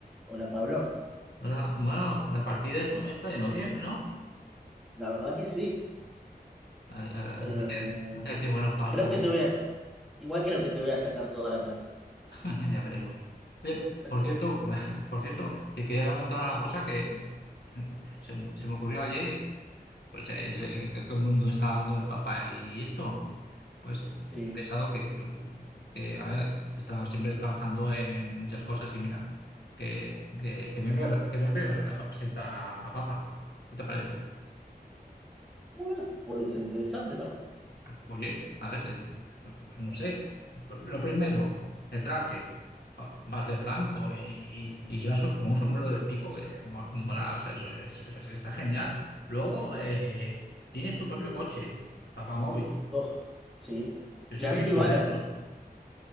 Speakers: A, in the centre; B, on the left.
A: Hola Pablo,
B: Ahora, bueno, la partida es- está yendo bien, ¿no?
A: la verdad que sí.
B: Ah, ah,
A: Eh,
B: Hace, hace tiempo que no jugar
A: creo
B: al póker,
A: que te voy a, igual creo que te voy a sacar toda la plata.
B: <laughs> ya veremos. Oye,
A: <laughs>
B: por cierto, <laughs> por cierto, te quería comentar una cosa que <laughs> se, me se me ocurrió ayer, y, pues eh, es, eh, que todo el mundo está hablando del Papa y esto, pues he
A: Sí.
B: pensado que, pues, que a ver, he estado siempre trabajando en muchas cosas y mira, que, que, que me voy a, que me voy a presentar a, a Papa. ¿Qué te parece?
A: Bueno, puede ser interesante, ¿no?
B: Oye, a ver, eh, no sé. Lo primero, el traje. Ah, Vas de blanco y, y llevas un- como un sombrero de pico que mo- mola, o sea, es- es- es- está genial. Luego, eh, tienes tu propio coche, papamóvil.
A: Oh, sí.
B: Yo
A: Y
B: siempre
A: antibalas,
B: he querido uno de estos